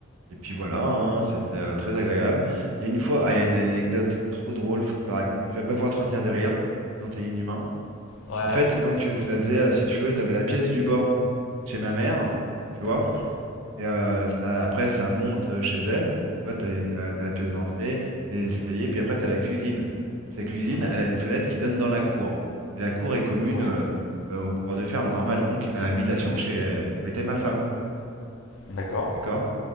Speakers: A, on the right; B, on the left.
A: et puis voilà, hein, c'était euh, très agréable. Il y a une fois, ah, il y a une anecdote trop drôle, faut que je te la raconte. Tu vas pas pouvoir te retenir des rires, sinon t'es inhumain.
B: Ouais.
A: En fait, donc euh, ça faisait, euh, si tu veux, t'avais la pièce du bas chez ma mère, tu vois.
B: Mhm.
A: Et euh, ça, après, ça monte euh, chez elle. Tu vois, t'as une, euh, t'as la pièce d'entrée, t'as les escaliers, puis après, t'as la cuisine. Et sa cuisine,
B: Mhm.
A: elle a une fenêtre qui donne dans la cour. Et la cour est commune
B: Ouais,
A: euh, euh, au cours de ferme, normal, donc à l'habitation de chez où était ma femme.
B: d'accord.
A: D'accord?